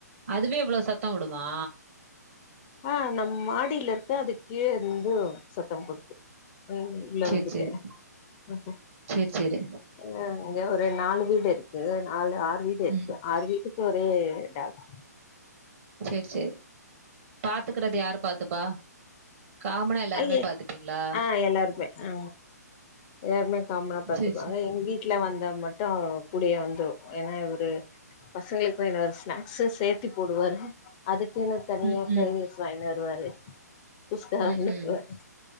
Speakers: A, on the right; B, on the left.
A: அதுவே இவ்வளவு சத்த வுடுமா
B: ஆ நம் மாடில இருக்க அது கீழ இருந்து சத்த போடுது உ உள்ள
A: சேரி
B: வந்துட்டே
A: சேரி
B: <unintelligible>
A: சேரி சேரி
B: ஒரு நாலு வீடு இருக்கு நாலு ஆறு வீடு இக்கு
A: ம்
B: ஆறு வீட்டுக்கு ஒரே டாக்
A: சேரி சேர் பாத்துக்கறது யாரு பாத்துப்பா காமனா எல்லாருமே
B: அய்ய
A: பாத்துப்பீங்களா
B: ஆ எல்லாருக்குமே ஆ யாமே காம்னா பாத்துப்பாங்க
A: சேரி சேரி
B: எங்க வீட்ல வந்தா மட் ட்டு கூடியே வந்துரு ஏனா இவுரு பசங்ளுக்கு வாய்ன்டு வர ஸ்நாக்ஸு சேத்தி போடுவாரு அதுக் இன்னுத் தனியா
A: ம்
B: பிரை
A: ம்
B: ரைஸ் வாய்ன் வருவாரு குஸ்கா வாய்ன்ட்
A: ம் ம்
B: வருவாரு